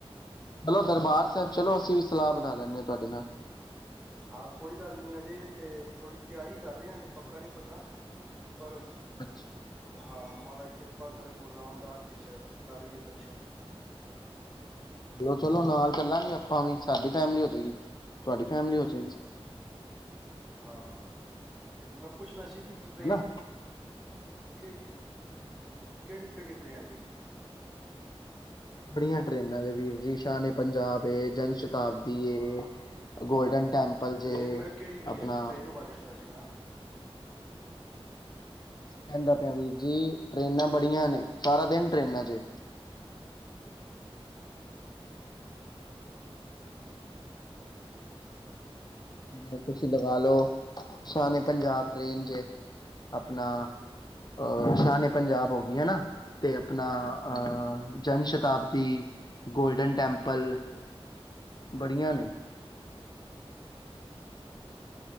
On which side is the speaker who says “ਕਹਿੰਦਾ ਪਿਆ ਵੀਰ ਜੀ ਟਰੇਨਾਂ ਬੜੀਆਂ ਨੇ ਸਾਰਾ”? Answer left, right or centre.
Left